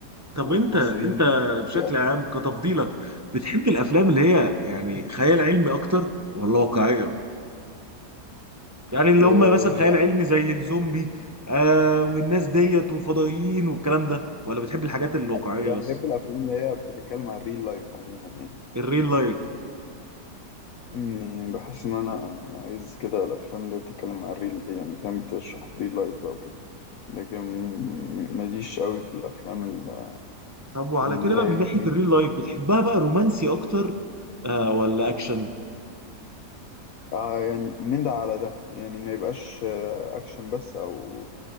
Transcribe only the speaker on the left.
والممثلين
بيأدوا
إيه
لا
بحب
الافلام اللي هي بتتكلم عن الريل لايف عموما يعني
يعني بحس ان انا يعني عايز كده الافلام اللي بتتكلم عن ريل يعني فاهم بتشرح ريل لايف او كده لكن م- ماليش قوي في الافلام ال-
اللي
هي
فاهم
آه يعني من ده على ده يعني ما يبقاش آه، اكشن بس او